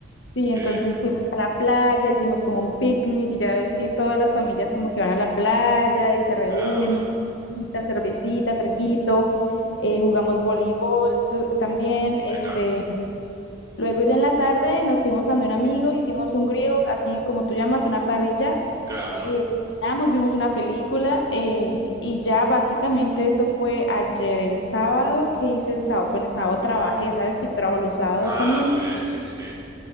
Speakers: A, on the left (about 65°); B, on the right (about 20°).
A: sí, entonces
B: qué bien.
A: fuimos a la playa, hicimos como un picnic, y ya ves que todas las familias como que van a la playa y se reúnen,
B: Claro,
A: musiquita, cervecita, traguito, eh, jugamos voleibol tu- también, este,
B: me encanta.
A: Luego ya en la tarde nos fuimos dando un amigo, hicimos un grill, así como tú llamas, una parrilla,
B: Claro,
A: eh, cenamos, vimos una película eh, y ya básicamente eso fue ayer, el sábado, ¿qué hice el sábado? Bueno, el sábado
B: qué
A: trabajé,
B: bien.
A: sabes que yo trabajo los sábados
B: Ah,
A: también,
B: muy bien, sí, sí, sí,